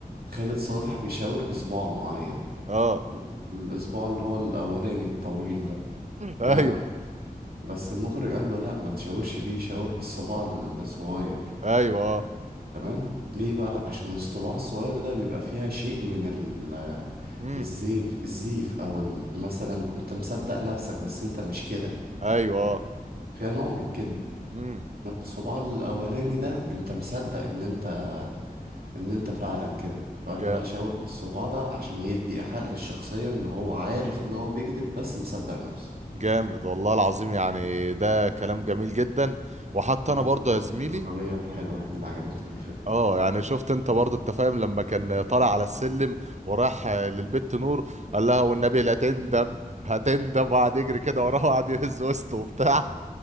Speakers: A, on the right; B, on the right.
A: خالد صالح بيشاور بصباع معين
B: اه
A: الاسبوع اللي هو الاولاني الطويل ده تمام
B: ايوه
A: بس المخرج قال له لا ما تشاورش بيه شاور بالصباع الصغير
B: ايوه اه
A: تمام ليه بقى عشان الصباع الصغير ده بيبقى فيها شيء من ال
B: امم
A: الزيف الزيف او ال- مثلا انت مصدق نفسك بس انت مش كده
B: ايوه
A: ف-
B: اه
A: فيها نوع من الكذب
B: امم
A: إنما الصباع الاولاني ده انت مصدق ان انت ان انت فعلا كده فقال
B: جامد
A: له لا شاور بالصباع ده عشان يدي ايحاء للشخصية ان هو عارف ان هو بيكذب بس مصدق نفسه
B: جامد والله العظيم يعني ده كلام جميل جدا وحتى
A: دي
B: انا برضه
A: من الحاجات
B: يا زميلي
A: الإخراجية الحلوة يعني اللي عجبتني في الفيلم
B: اه يعني شفت انت برضه انت فاهم لما كان طالع على السلم وراح آه، للبت نور قال لها والنبي لا تندم هتندم وقعد يجري كده وراه وقعد يهز وسطه وبتاع